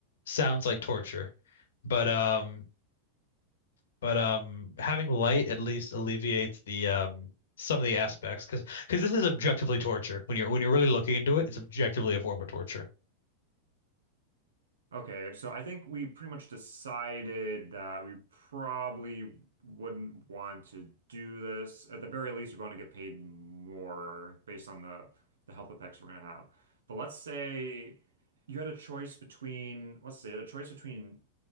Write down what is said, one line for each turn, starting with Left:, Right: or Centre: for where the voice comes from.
Left: sounds like torture. But um, but um, having light at least alleviates the um some of the aspects because because this is objectively torture. When you're when you're really looking into it, it's objectively a form of torture.
Right: Okay, so I think we pretty much decided that we probably wouldn't want to do this. At the very least, we want to get paid more based on the the health effects we're gonna have. But let's say you had a choice between, let's say, a choice between